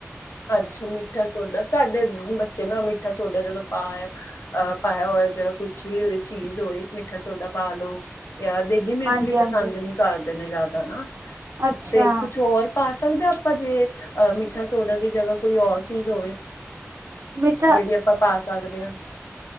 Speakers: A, on the left (about 65°); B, on the right (about 70°).
A: ਅੱਛਾ ਮਿੱਠਾ ਸੋਡਾ ਸਾਡੇ ਬੱਚੇ ਨਾ ਮਿੱਠਾ ਸੋਡਾ ਜਦੋਂ ਪਾ ਏ ਅਹ ਪਾਇਆ ਹੋਇਆ ਜਿਹੜਾ ਕੁਛ ਵੀ ਹੋਏ ਚੀਜ਼ ਹੋਏ ਮਿੱਠਾ ਸੋਡਾ ਪਾ ਲੋ ਯਾ ਦੇਗੀ ਮਿਰਚ
B: ਹਾਂਜੀ
A: ਵੀ
B: ਹਾਂਜੀ
A: ਪਸੰਦ ਨੀ ਕਰ ਦੇ ਜ਼ਿਆਦਾ ਨਾ,
B: ਅੱਛਾ
A: ਤੇ ਕੁਛ ਹੋਰ ਪਾ ਸਕਦੇ ਹਾਂ ਆਪਾਂ ਜੇ ਅਹ ਮਿੱਠਾ ਸੋਡਾ ਦੀ ਜਗ੍ਹਾ ਕੋਈ ਹੋਰ ਚੀਜ਼ ਹੋਵੇ?
B: ਮਿੱਠਾ
A: ਜਿਹੜੀ ਆਪਾਂ ਪਾ ਸਕਦੇ ਹਾਂ।